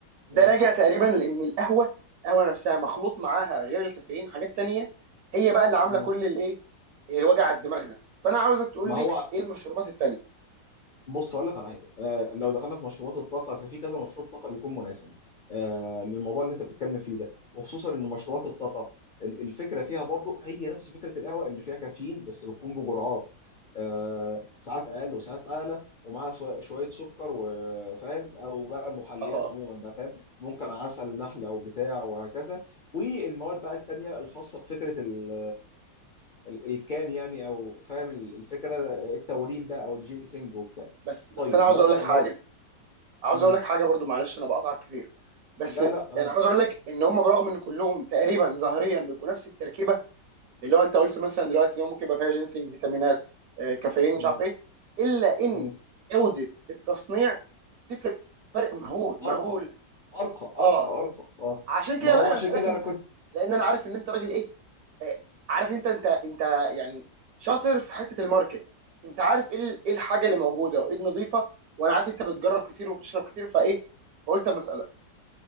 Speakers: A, on the right; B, on the left.
A: ده
B: مم.
A: راجع تقريبا لان القهوه القهوه نفسها مخلوط معاها غير الكافيين حاجات تانية هي بقى اللي عامله
B: مم.
A: كل الايه الوجع على الدماغ ده فانا عاوزك تقول
B: ما
A: لي
B: هو
A: ايه المشروبات التانية
B: بص هقول لك على حاجه آه لو دخلنا في مشروبات الطاقه ففي كذا مشروب طاقه بيكون مناسب آه للموضوع اللي انت بتتكلم فيه ده وخصوصا ان مشروبات الطاقه ال- الفكره فيها برضو هي نفس فكره القهوه ان فيها كافيين بس بتكون بجرعات آه ساعات اقل وساعات اعلى ومعاها سو- شويه سكر وفاهم او بقى محليات
A: اه
B: عموما بقى فاهم ممكن عسل نحله او بتاع وهكذا والمواد بقى التانيه الخاصه بفكره ال ال- الكان يعني او فاهم ال- الفكره التورين بقى او الجينسينج وبتاع
A: بس بس
B: طيب
A: انا عاوز
B: لو
A: اقول
B: انا
A: لك حاجه
B: لو
A: عاوز
B: مم.
A: اقول لك حاجه برضو معلش انا بقطع كتير بس
B: لا لا
A: يعني
B: عادي
A: عاوز اقول لك ان هم برغم ان كلهم تقريبا ظاهريا بيبقوا نفس التركيبه اللي هو انت قلت مثلا دلوقتي ان هو ممكن يبقى فيها جينسنج فيتامينات آه، كافيين
B: مم.
A: مش عارف ايه الا ان
B: مم.
A: جوده التصنيع تفرق فرق مهول مهول
B: ارقى ارقى ارقى
A: اه
B: ارقى ارقى اه
A: عشان كده
B: ما هو
A: بقى انا
B: عشان
A: بسالك
B: كده
A: انت
B: انا كنت
A: لان انا عارف ان انت راجل ايه آه، عارف انت انت انت يعني شاطر في حته الماركت انت عارف ايه ال- إيه الحاجه اللي موجوده وايه النظيفه وانا عارف انت بتجرب كتير وبتشرب كتير فايه فقلت اما اسالك